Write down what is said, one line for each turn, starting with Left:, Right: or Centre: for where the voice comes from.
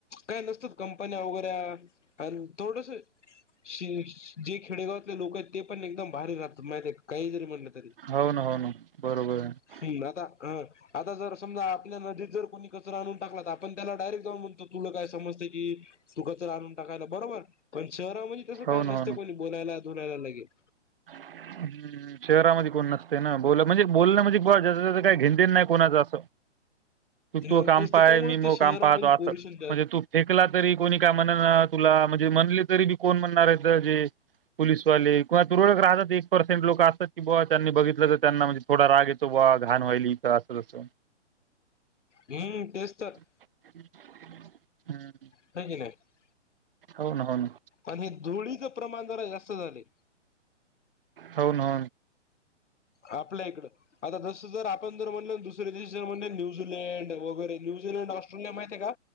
Left: काय नसतात कंपन्या वगैरे आणि थोडंसं <unintelligible> जे खेडेगावातले लोक आहेत ते पण एकदम <unintelligible> माहिती काहीही जरी म्हंटलं तरी
Right: हो ना, हो ना बरोबर आहे.
Left: <unintelligible> आता, अं आता जर समजा आपल्या नदीत जर कोणी कचरा आणून टाकला, तर आपण त्याला डायरेक्ट जाऊन म्हणतो, तुला काय समजते की? सुका तर आणून टाकायला, बरोबर? पण शहरामध्ये तसं
Right: हो
Left: काही
Right: ना
Left: नसते
Right: हो ना
Left: कोणी बोलायला धुलायला लगेच.
Right: हम्म, शहरामध्ये कोण नसत. ते ना बोललं म्हणजे बोलणं म्हणजे <unintelligible> काही घेणेदेणे नाही कोणाचं असं. तू
Left: मग
Right: कामपा
Left: तेच त्याच्यामुळेच
Right: आहे, <unintelligible>
Left: ते शहरामध्ये पोल्युशन
Right: म्हणजे तू फेकला तरी कोणी काय म्हणेल तुला, म्ह म्हले तरी बी कोण म्हणणार आहे जे पोलीसवाले, किंवा तुरळक राहतात एक पर्सेंट, लोक की बुवा त्यांनी बघितलं तर त्यांना म्हणजे थोडा राग येतो बुवा, घाण व्हायली इथं असं तसं
Left: हम्म, तेच तर.
Right: <inaudible>
Left: <unintelligible>
Right: हो ना हो ना.
Left: आणि धुळीचं प्रमाण जरा जास्त झालंय.
Right: हो ना.
Left: आपल्या इकडं आता जसं जर आपण जर म्हणलं दुसरे देश जर म्हणले न्यूझीलंड वगैरे, न्यूझीलंड ऑस्ट्रेलिया माहित आहे का?